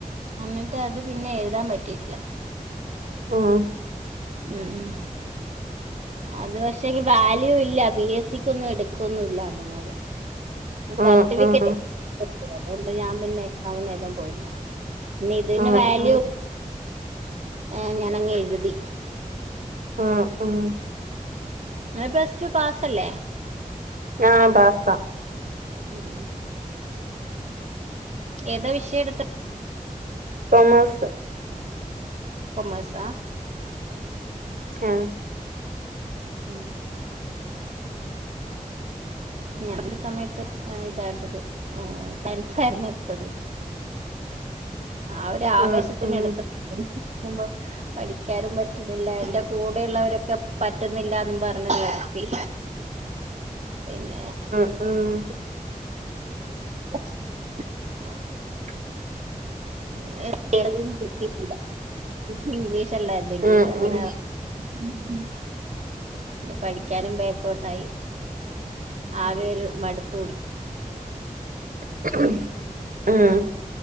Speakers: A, on the right (about 55°); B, on the right (about 80°).
A: എന്നിട്ട് അത് പിന്നെ എഴ്താൻ പറ്റീട്ടില്ല.
B: ആഹ്
A: ഉം ഉം അത് പഷേ ഇ വാല്യൂ ഇല്ല പി എസ് സിക്കൊന്നും എട്ക്കൊന്നും ഇല്ലാന്ന് തോന്ന്.
B: ഉം
A: സർട്ടിഫിക്കറ്റ്
B: ഉം
A: <inaudible> അതുകൊണ്ട് ഞാൻ പിന്നെ എക്സാമൊന്നും എഴ്താൻ പോയില്ല. നെ ഇതിന്റെ
B: ഉം
A: വാല്യു.
B: ഉം
A: ഏഹ് ഞാനങ്ങ് എഴ്തി.
B: ആഹ് ആഹ്
A: ങ്ങള് പ്ലസ് ടു പാസല്ലേ?
B: ആഹ് പാസ.
A: ഉം ഉം ഏതാ വിഷയെട്ത്തെ?
B: കോമേഴ്സ്
A: കൊമേഴ്സാ
B: ആഹ്
A: ഉംമ് ഞാ <unintelligible> സമയത്ത് ഏഹ് ഇതാട്ത്തത് സയൻസായിരുന്നു എട്ത്തത് ആ ഒരാവേശത്തിനെടുത്ത
B: ഉം ഉം
A: <inaudible> പഠിക്കാനും പറ്റുന്നില്ല എന്റെ കൂടെയുള്ളവരൊക്കെ പറ്റുന്നില്ലാന്നും പറഞ്ഞ് നിർത്തി. പിന്നേ
B: ആഹ്
A: <inaudible> <unintelligible> ഇംഗ്ലീഷല്ലായിരുന്നു ഇംഗ്ലീഷങ്ങനെ
B: ഉം ഉം
A: <unintelligible> പിന്നെ പഠിക്കാനും ബേക്കോട്ടായി ആകെയൊരു മടുപ്പ് കുടി
B: <unintelligible> മ്മ്ഹ്